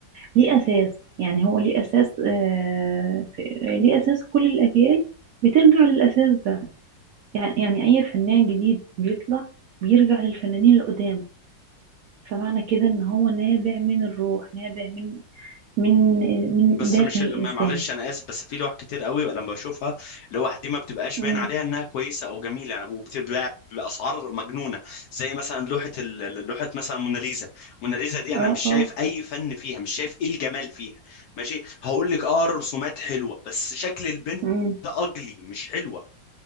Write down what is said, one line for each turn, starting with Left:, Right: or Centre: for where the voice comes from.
Right: ليه أساس يعني هو ليه أساس آه، في... ليه أساس كل الأجيال بترجع للأساس ده يعني يعني أي فنان جديد بيطلع بيرجع للفنانين القدام فمعنى كده إن هو نابع من الروح نابع من من من
Left: بس
Right: داخل
Left: مش
Right: الإنسان
Left: اللي ما- معلش انا اسف بس في لوح كتير قوي لما بشوفها لوح دي ما بتبقاش
Right: مم.
Left: باين عليها انها كويسه او جميله يعني وبتتباع باسعار مجنونه زي مثلا لوحه ال- لوحه مثلا موناليزا موناليزا دي انا
Right: اه
Left: مش شايف
Right: اه
Left: اي فن فيها مش شايف ايه الجمال فيها ماشي هقول لك اه الرسومات حلوه بس شكل البنت
Right: مم.
Left: ده اجلي مش حلوه